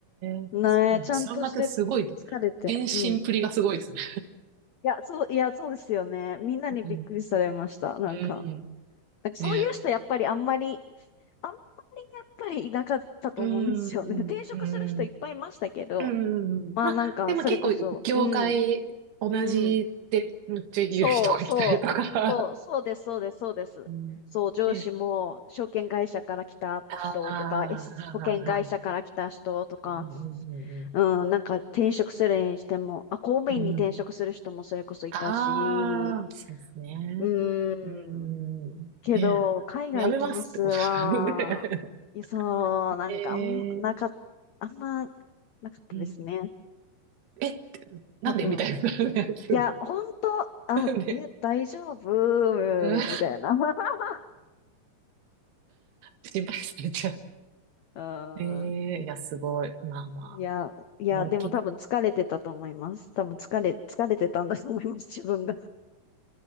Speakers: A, on the right (about 75°); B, on the left (about 85°).
A: え
B: ねえ、ちゃんとしてる。
A: 三幕すごい。
B: 疲れて。
A: 献身プリがすごいですね。
B: うん。いや、そう、いや、そうですよね。みんなにびっくりされました。
A: <laughs> うん。
B: なんか、
A: <laughs>
B: なんかそういう人やっぱりあんまり、
A: ね
B: あんまりやっぱりいなかったと思うんですよね。
A: うん。
B: <laughs> 転職する人いっぱいいましたけど、
A: ね。うん。うん。うん。
B: まあなんか、
A: まあ、でも結構、
B: それこそ、
A: 業界同じってめっちゃ言う人がいたりとか。
B: うん、うん。そう、そう、そう、そうです、そうです、そうです。
A: うん。
B: そう、上司も証券会社から来た人とか、
A: ね。ああ、はあはあはあ。
B: S 保険会社から来た人とか、
A: うんうん
B: うん、なんか転職するにしても、あ、公務員に転職する人もそれこそいたし、
A: うんうん。うん。ああ、そうですね。
B: うん、
A: うーん、
B: けど、
A: ねえ。
B: 海外行きますは、
A: やめますってことなので。
B: いやそう、
A: <laughs>
B: なんかあん、
A: えー、
B: なかっ、あんま、なかったですね。
A: うん、え、ってなんでみたいなやつ。
B: 多分。いや、本当、
A: <laughs>
B: あ、
A: なで、
B: え、大丈夫みたいな。
A: うん、
B: <laughs>
A: 心配されちゃう。
B: ああ、
A: ええいや、すごい。まあまあ、
B: いや、いや、
A: 思いっきり。
B: でも多分疲れてたと思います。多分疲れ、疲れてたんだと思います、自分が。<laughs>